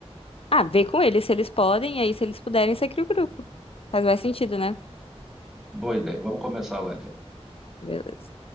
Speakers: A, on the left; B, in the centre.
A: Ah, vê com eles se eles podem, e aí se eles puderem, você cria o grupo. Faz mais sentido, né?
B: Boa ideia. Vamos começar lá, então.
A: Beleza.